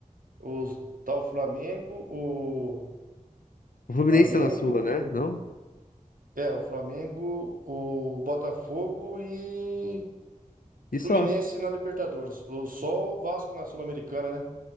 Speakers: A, on the right (about 85°); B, on the left (about 85°).
A: os tá o Flamengo, o
B: o Fluminense
A: Flamengo,
B: tá na Sula, né?
A: o
B: Não?
A: é, o Flamengo, o Botafogo e o
B: E
A: Fluminense
B: só.
A: na Libertadores. O só o Vasco na Sul-Americana, né?